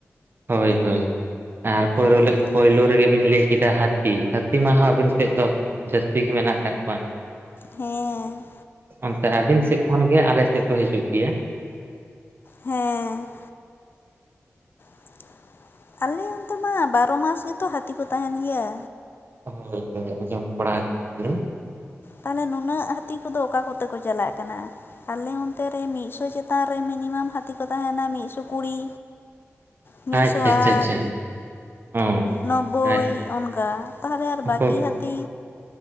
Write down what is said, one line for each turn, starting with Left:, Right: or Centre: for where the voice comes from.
Right: ᱦᱳᱭ ᱦᱳᱭ ᱟᱨ <unintelligible>
Left: ᱚᱱᱛᱮ
Right: ᱯᱳᱭᱞᱳ
Left: ᱫᱚ
Right: ᱨᱮᱜᱮ ᱵᱤᱱ ᱞᱟᱹᱭ ᱠᱮᱫᱟ ᱦᱟᱹᱛᱤ ᱦᱟᱹᱛᱤ ᱢᱟ ᱟᱵᱤᱱ ᱥᱮᱫ ᱫᱚ ᱡᱟᱹᱥᱛᱤ ᱜᱮ ᱢᱮᱱᱟᱜ ᱟᱠᱟᱫ ᱠᱚᱣᱟ
Left: ᱦᱮᱸ
Right: <inaudible> ᱚᱱᱛᱮ ᱟᱹᱵᱤᱱ ᱥᱮᱫ ᱠᱷᱚᱱ ᱜᱮ ᱟᱞᱮ ᱥᱮᱫ ᱠᱚ ᱦᱤᱡᱩᱜ ᱜᱮᱭᱟ ᱾
Left: ᱦᱚᱸ <inaudible> <unintelligible> ᱟᱞᱮ ᱚᱱᱛᱮ ᱢᱟ ᱵᱟᱨᱚ ᱢᱟᱥ ᱜᱮᱛᱚ ᱦᱟᱹᱛᱤ ᱠᱚ ᱛᱟᱦᱮᱱ ᱜᱮᱭᱟ
Right: ᱦᱮᱸ ᱤᱱᱠᱟᱹ ᱜᱮ ᱟᱸᱡᱚᱢ ᱵᱟᱰᱟ ᱟᱠᱟ ᱟᱞᱤᱧ
Left: ᱛᱟᱦᱚᱞᱮ ᱱᱩᱱᱟᱹᱜ ᱦᱟᱹᱛᱤ ᱠᱚᱫᱚ ᱚᱠᱟ ᱠᱚᱛᱮ ᱠᱚ ᱪᱟᱞᱟᱜ ᱠᱟᱱᱟ ᱟᱞᱮ ᱚᱱᱛᱮ ᱨᱮ ᱢᱤᱫ ᱥᱚ ᱪᱮᱛᱟᱱ ᱨᱮ ᱢᱤᱱᱤᱢᱟᱢ ᱦᱟᱹᱛᱤ ᱠᱚ ᱛᱟᱦᱮᱱᱟ ᱢᱤᱫ ᱥᱚ ᱠᱩᱲᱤ
Right: <inaudible>
Left: ᱢᱤᱫ ᱥᱚ ᱟᱴ
Right: ᱟᱪᱪᱷᱟ ᱟᱪᱪᱷᱟ ᱚ
Left: ᱱᱚᱵᱵᱳᱭ
Right: ᱟᱪᱪᱷᱟ
Left: ᱚᱱᱜᱟ ᱛᱟᱦᱚᱞᱮ ᱟᱨ
Right: ᱩᱱᱠᱩ
Left: ᱵᱟᱹᱠᱤ ᱦᱟᱹᱛᱤ